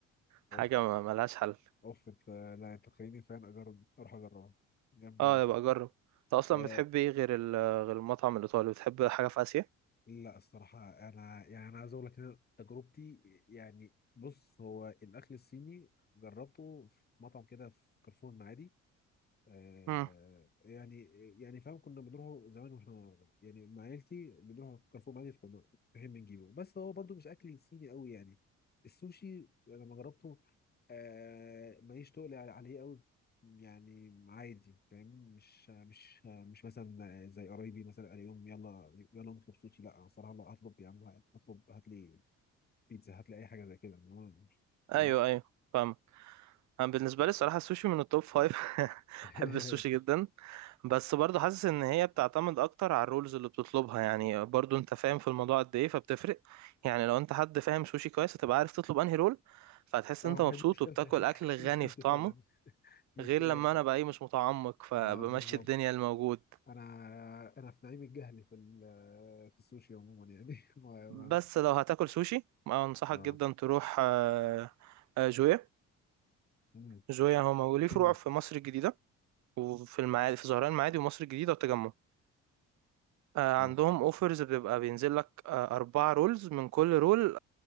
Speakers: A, on the left; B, on the right.
A: اوف
B: حاجة ما- ملهاش حل
A: اوف انت لا انت تخليني فعلا اجرب اروح اجربها جامدة
B: اه
A: أوي.
B: يبقى اجرب انت اصلا
A: آه
B: بتحب ايه غير ال- غير المطعم الايطالي بتحب حاجة في اسيا
A: لا الصراحة انا يعني انا عايز اقول لك إن أنا تجربتي يعني بص هو الاكل الصيني جربته في مطعم كده في كارفور المعادي آه
B: امم
A: يعني يعني فاهم كنا بنروحوا زمان واحنا يعني مع عيلتي بنروح كارفور معادي فكنا فاهم بنجيبه بس هو برضو مش اكل صيني قوي يعني السوشي لما جربته آه ماليش تقل على- عليه قوي يعني عادي فاهم مش مش مش مثلا زي قرايبي مثلا قال يوم يلا يلا نطلب سوشي لا أنا صراحة لا اطلب يا عم اطلب هات لي بيتزا هات لي اي حاجة زي كده إنما مش- فاهمني
B: ايوه ايوه فاهم انا بالنسبة لي الصراحة السوشي من التوب فايف <laughs>
A: <laughs>
B: بحب السوشي جدا بس برضو حاسس ان هي بتعتمد اكتر على الرولز اللي بتطلبها يعني برضو انت فاهم في الموضوع قد ايه فبتفرق يعني لو انت حد فاهم سوشي كويس هتبقى عارف تطلب انهي رول فهتحس
A: اه
B: ان انت
A: ما
B: مبسوط
A: هي دي مشكلتي
B: وبتاكل
A: <laughs>
B: اكل غني
A: دي مشكلتي
B: في طعمه
A: فعلا دي
B: غير
A: مشكلة
B: لما انا بقى ايه مش متعمق فبمشي
A: اه بالظبط
B: الدنيا الموجود
A: انا انا في نعيم الجهل في ال- في السوشي عموما يعني <laughs> ما ما
B: بس لو هتاكل سوشي ما انصحك
A: اه
B: جدا تروح آه، آه، جويا
A: مم.
B: جويا هو ليه
A: ده
B: فروع
A: فين ده
B: في مصر الجديده وفي المعادي في زهران المعادي ومصر الجديده والتجمع آه، عندهم
A: اه
B: اوفرز بتبقى بينزل لك آه، اربع رولز من كل رول